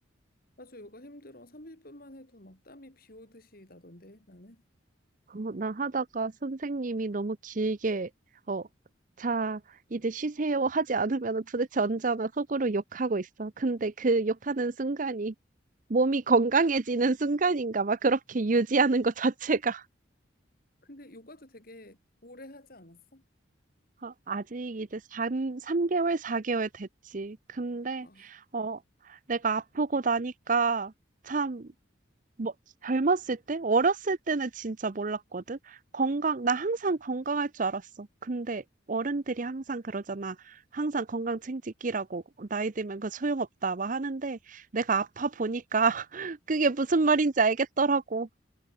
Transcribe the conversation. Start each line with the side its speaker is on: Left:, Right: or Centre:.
Left: 맞아 요가 힘들어. 30분만 해도 막 땀이 비 오듯이 나던데 나는.
Right: 어, 나 하다가 선생님이 너무 길게, 어, 자, 이제 쉬세요 하지 않으면 도대체 언제 하나 속으로 욕하고 있어. 근데 그 욕하는 순간이 몸이 건강해지는 순간인가 막 그렇게 유지하는 것 자체가 <laughs>
Left: 근데 요가도 되게 오래 하지 않았어?
Right: 어, 아직 이제 3, 삼개월사개월 됐지. 근데
Left: 아
Right: 어 내가 아프고 나니까 참 뭐, 젊었을 때? 어렸을 때는 진짜 몰랐거든. 건강, 나 항상 건강할 줄 알았어. 근데 어른들이 항상 그러잖아. 항상 건강 챙기기라고 나이 들면 그 소용없다 막 하는데 내가 아파 보니까 <laughs> 그게 무슨 말인지 알겠더라고.